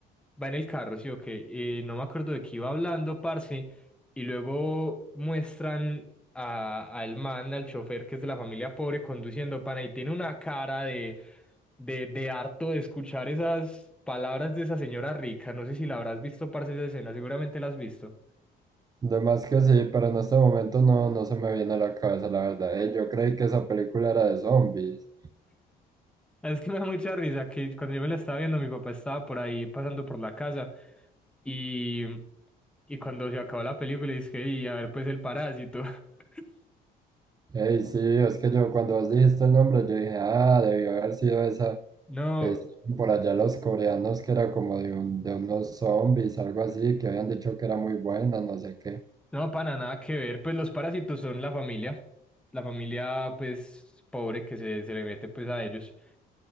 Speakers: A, in the centre; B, on the right (about 25°).
A: va en el carro, sí, ok, y no me acuerdo de qué iba hablando, parce, y luego muestran a, al man, al chofer que es de la familia pobre conduciendo, pana, y tiene una cara de, de, de harto de escuchar esas palabras de esa señora rica, no sé si la habrás visto, parce, esa escena, seguramente la has visto.
B: De que sí, pero en este momento no, no se me viene a la cabeza, la verdad. Ey, yo creí que esa película era de zombies.
A: Es que me da mucha risa que cuando yo me la estaba viendo, mi papá estaba por ahí pasando por la casa y, y cuando se acabó la película, dije, y a ver, pues el parásito. <laughs>
B: Ey, sí, es que yo cuando vos dijiste el nombre, yo dije, ah, debió haber sido esa
A: No,
B: que hicieron por allá los coreanos, que era como de, un, de unos zombies, algo así, que habían dicho que era muy buena, no sé qué.
A: no, pana, nada que ver. Pues los parásitos son la familia, la familia, pues, pobre que se, se le mete, pues, a ellos.